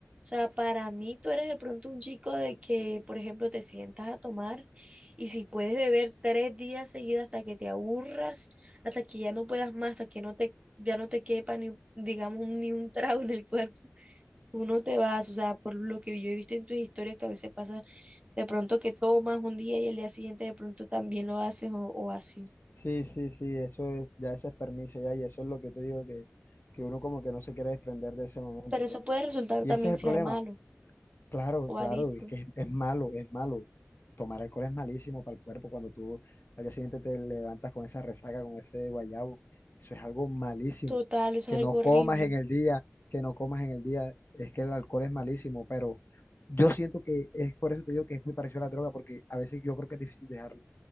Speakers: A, on the right; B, on the left.
A: sea, para mí tú eres de pronto un chico de que, por ejemplo, te sientas a tomar y si puedes beber tres días seguidos hasta que te aburras, hasta que ya no puedas más, hasta que no te, ya no te quepa ni, digamos, ni un trago en el cuerpo. tú no te vas, o sea, por lo que yo he visto en tus historias que a veces pasa de pronto que tomas un día y el día siguiente de pronto también lo haces o, o así.
B: Sí, sí, sí, eso es, ya ese es permiso ya, y eso es lo que te digo que, que uno como que no se quiere desprender de ese momento,
A: Pero eso
B: pero-
A: puede resultar
B: y
A: también
B: ese es el
A: ser
B: problema.
A: malo
B: Claro,
A: o
B: claro,
A: adicto.
B: es que es, es malo, es malo. Tomar alcohol es malísimo para el cuerpo cuando tú al día siguiente te levantas con esa resaca, con ese guayabo. Eso es algo malísimo.
A: Total, eso
B: Que
A: es algo
B: no
A: horrible.
B: comas en el día, que no comas en el día, es que el alcohol es malísimo, pero yo siento que es por eso te digo que es muy parecido a la droga, porque a veces yo creo que es difícil dejarlo.